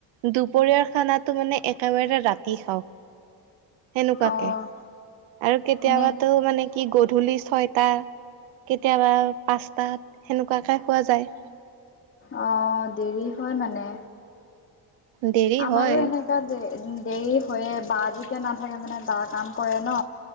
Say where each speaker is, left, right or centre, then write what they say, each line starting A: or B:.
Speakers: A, on the right; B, on the left.
A: দুপৰীয়াৰ খানাটো মানে একেবাৰে ৰাতি খাওঁ। সেনেকুৱাকে,
B: অ',
A: আৰু কেতিয়াবা
B: সেনে
A: মানে কি গধূলি ছয়টা, কেতিয়াবা পাঁচটাত, সেনেকুৱাকে খোৱা যায়।
B: অ', দেৰি হয় মানে।
A: দেৰি
B: আমাৰো
A: হয়
B: এনেকা যে উম, দেৰি হয়ে, বা যেতিয়া নাথাকে মানে বা কাম কৰে ন,